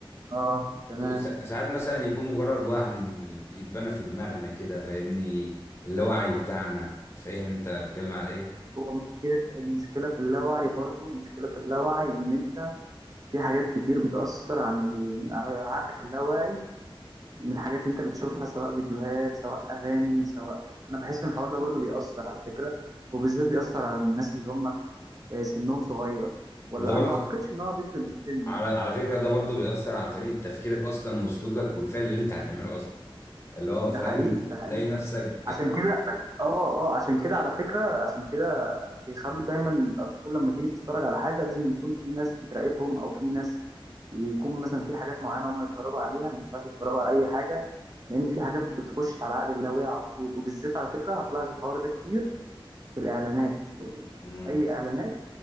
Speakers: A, on the right; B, on the left.
A: اه تمام
B: وس- ساعات مثلا يكون مجرد وهم في- اتبنى في دماغنا كده فاهمني اللاوعي بتاعنا فاهم انت بتكلم على ايه
A: هو مشكله المشكله في اللاوعي برضو المشكله في اللاوعي ان انت في حاجات كتير بتاثر عن ال... على عقلك اللاواعي من الحاجات اللي انت بتشوفها سواء فيديوهات سواء اغاني سواء انا بحس ان الحوار ده برضو بيأثر على فكره وبالذات بيأثر على الناس اللي هم آه، سنهم صغير ولا
B: وده برضه
A: انا ما اعتقدش ان هو بيفرق من السن
B: على على
A: صح
B: فكرة ده برضه بيأثر على طريقة تفكيرك أصلا وسلوكك والفعل اللي أنت هتعمله أصلا اللي هو
A: ده
B: فاهم
A: حقيقي ده حقيقي
B: تلاقي نفسك
A: عشان كده اه اه عشان كده على فكره عشان كده بيخلوا
B: مم.
A: دايما الاطفال لما تيجي تتفرج على حاجه لازم يكون في ناس بتراقبهم او في ناس يكون مثلا في حاجات معينه هم يتفرجوا عليها ما ينفعش يتفرجوا على اي حاجه لان في حاجات بتخش على عقل اللاواعي على طول وبالذات على فكره هتلاحظ الحوار ده كتير في الاعلانات
B: مم.
A: اي اعلانات